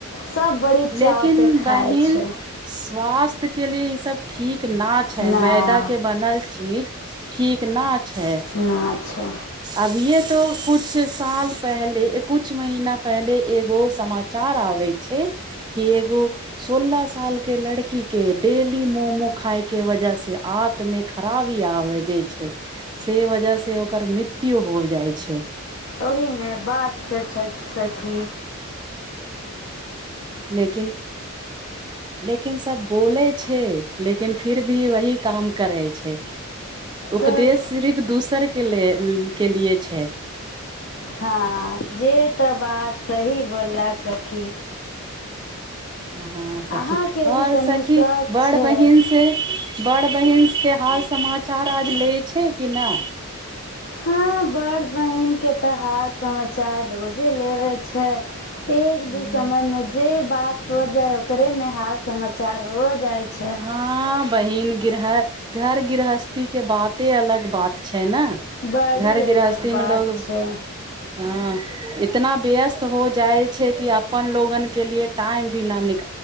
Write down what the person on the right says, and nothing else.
लेकिन
बहिन
स्वास्थ्य के लिए ई सब ठीक न छै
मैदा के बनल चीज ठीक न छै
अभिये तो कुछ साल पहले कुछ महीना पहले एगो समाचार आबे छै कि एगो सोलह साल के लड़की के डेली मोमो खााय के वजह से आतमे खराबी आब जाे छै से वजह से ओकर मृत्यु हो जाइ छै
लेकिन लेकिन सब बोलै छै लेकिन फिर भी वही काम करै छै उपदेश
सिर्फ दूसर के ले के लिए छै
हँ सखी
और
सखी
बड़
बहिन से बड़ बहिन क्य हाल समाचार आज भै छै कि नहि
हूँ
हँ बहिन गृह घर गृहस्थी के बाते अलग बात छै ने
घर गृहस्थी
मे लोग
हँ इतना व्यस्त हो जाय छै कि अपन लोगन के लिए टाइम भी न निक